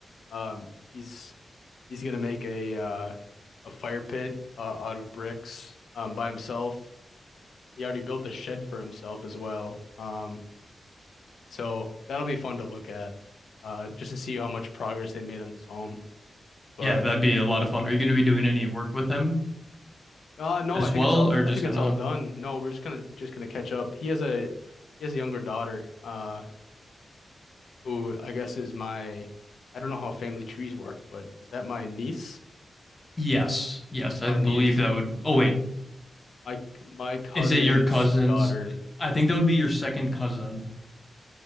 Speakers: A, on the left (about 80°); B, on the left (about 25°).
A: Um, he's he's gonna make a uh a fire pit uh, out of bricks um by himself. He already built a shed for himself as well. Um, so that'll be fun to look at, uh, just to see how much progress they made on this home. But
B: yeah, that'd be a lot of fun. Are you gonna be doing any work with him
A: Uh no,
B: as
A: I think
B: well,
A: it's all
B: or
A: I
B: just
A: think
B: gonna
A: it's all done. No, we're just gonna just gonna catch up. He has a he has a younger daughter, uh, who I guess is my I don't know how family trees work, but is that my niece?
B: Yes, yes,
A: That's
B: I
A: my
B: believe
A: niece.
B: that would oh wait,
A: My my cousin's
B: is it your cousin's?
A: daughter.
B: I think that would be your second cousin.